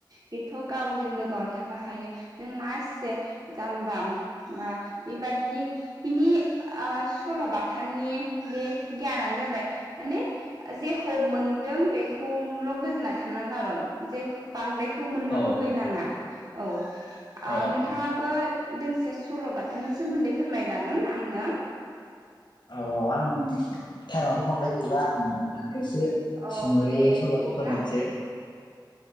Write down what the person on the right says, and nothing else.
बेथ' गावजों लोगोआवनो थाफाखायो नों मा एसे जामब ब <unintelligible> बेबादि बिनि सल'बाथानि बे गियानानो जाबाय माने जेखौ मोनदों बेखौल' गोजोना थानांगो आरो' जे बांद्रायखौ मोननो
लुबैनाङा औ
नोंथाङाबो दोंसे सल' बाथानि सोमोन्दै फोरमायजागोन आंनो
औ
दे
बिदिब्ला